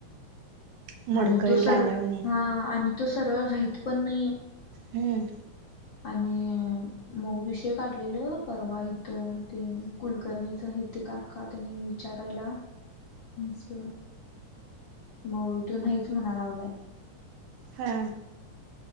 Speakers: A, on the right (about 75°); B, on the left (about 50°).
A: मोडकळीला
B: आणि तो सरळ
A: आल्यावानी
B: हा आणि तो सरळ राहत पण नाही
A: हम्म
B: आणि मग विषय काढलेलं परवा इथ ते कुलकर्णीच आहे ते का का त्यांनी विचारायला म्हच मग तूनहीच म्हणाय लागलय
A: हा